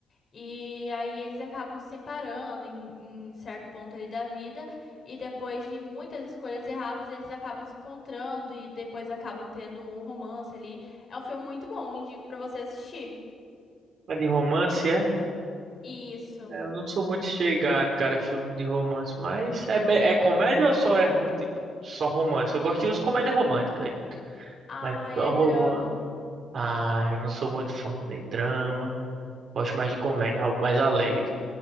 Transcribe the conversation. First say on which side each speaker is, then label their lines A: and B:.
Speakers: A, on the left; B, on the right.
A: E aí eles acabam se separando em, em certo ponto ali da vida, e depois de muitas escolhas erradas, eles acabam se encontrando e depois acabam tendo um romance ali. É um filme muito bom, indico pra você assistir.
B: É de romance, é?
A: Isso.
B: É, Eu não sou muito chegado, cara, em filme de romance, mas é, me- é comédia ou só é, ro- tipo, só romance? Eu gosto de uns comédia romântica,
A: Ai,
B: mas só
A: é
B: romance.
A: drama.
B: Ah, eu não sou muito fã de drama. Gosto mais de comédia, algo mais alegre.